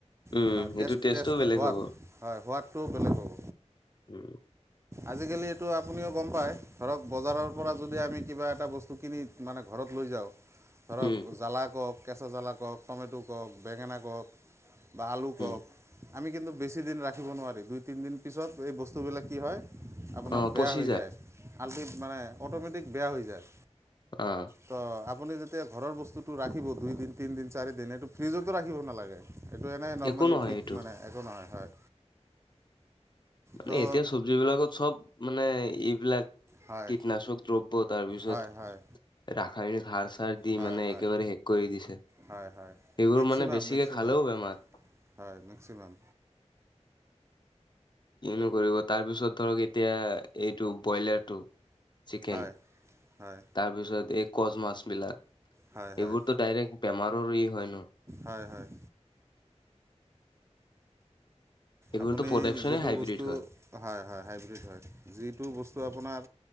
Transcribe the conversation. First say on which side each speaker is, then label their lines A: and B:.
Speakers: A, on the left (about 40°); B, on the right (about 25°).
A: উম,
B: মানে
A: সেইটো
B: টেষ্ট
A: টেষ্টো
B: টেষ্ট
A: বেলেগ
B: সোৱাদ
A: হ'ব।
B: হয় সোৱাদটো বেলেগ হ'ব।
A: উম
B: আজিকালি এইটো আপুনিও গম পায় ধৰক বজাৰৰ পৰা যদি আমি কিবা এটা বস্তু। কিনি মানে ঘৰত লৈ যাওঁ ধৰক।
A: উম,
B: জলা কওক কেঁচা জ্বালা কওক টমেট' কওক বেঙেনা কওক বা আলু কওক।
A: উম,
B: আমি কিন্তু বেছিদিন ৰাখিব নোৱাৰি দুই তিনিদিন পিছত এই বস্তুবিলাক কি হয়। আপোনাৰ
A: অ',
B: বেয়া
A: পচি
B: হৈ যায় আল্টি মানে অট'মেটিক বেয়া হৈ যায়।
A: অ',
B: ত আপুনি যেতিয়া ঘৰৰ বস্তু। টো ৰাখিব দুই দিন তিনদিন চাৰি দিন এইটো ফ্ৰিজতো ৰাখিব নালাগে। এইটো এনেই নৰ্মেলি
A: একো নহয়
B: ঠিক
A: সেইটো।
B: মানে একো নহয় হয়।
A: মানে
B: তো
A: এতিয়া চব্জিবিলাকত চব মানে এইবিলাক
B: হয়
A: কীটনাশক দ্ৰব্যত। তাৰ পিছত
B: হয় হয়
A: ৰাসায়নিক সাৰ চাৰ দি
B: হয়
A: মানে
B: হয়
A: একেবাৰে শেষ কৰি দিছে।
B: হয় হয়
A: এইবোৰ
B: মেক্সিমাম
A: মানে বেছিকে
B: মেক্সিমাম
A: খালেও বেমাৰ।
B: হয় মেক্সিমাম।
A: কিনো নোকৰিব তাৰপিছত ধৰক এতিয়া এইটো বইলাৰটো। চিকেন
B: হয় হয়
A: তাৰপিছত এই কচ মাছ বিলাক।
B: হয় হয়
A: এইবোৰতো ডাইৰেক্ট বেমাৰৰ ই হয় ন।
B: হয় হয়
A: এইবোৰতো
B: আপুনি
A: প্ৰডাকচনে
B: যিটো
A: হাইব্ৰীড
B: বস্তু
A: হয়
B: হয় হয় হাইব্ৰীড হয় যিটো বস্তু আপোনাৰ।